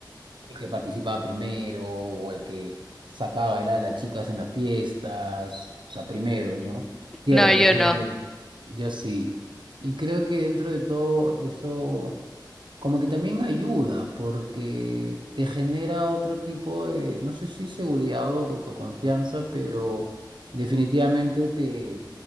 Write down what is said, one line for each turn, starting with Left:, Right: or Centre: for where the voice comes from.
Right: el que participaba primero o el que sacaba a bailar a las chicas en las fiestas, o sea, primero, ¿no? Siempre,
Centre: No, yo
Right: siempre.
Centre: no.
Right: Yo sí. Y creo que dentro de todo eso como que también ayuda porque te genera otro tipo de, no sé si seguridad o autoconfianza, pero definitivamente te,